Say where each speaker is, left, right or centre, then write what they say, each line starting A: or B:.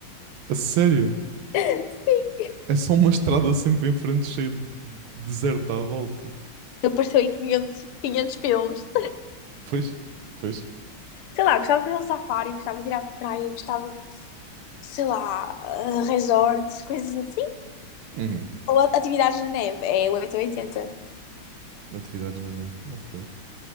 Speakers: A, on the right (about 80°); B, on the left (about 90°).
A: A sério?
B: <laughs> Sim,
A: É só uma estrada sempre em frente cheia de deserto à volta.
B: eu apareceu em 500, 500 filmes.
A: Pois, pois.
B: Sei lá, gostava de fazer um safari, gostava de ir à praia, gostava de, sei lá, eh, resorts, coisas assim.
A: Uhum.
B: Ou atividades na neve, é 880.
A: Atividades na neve. Ok.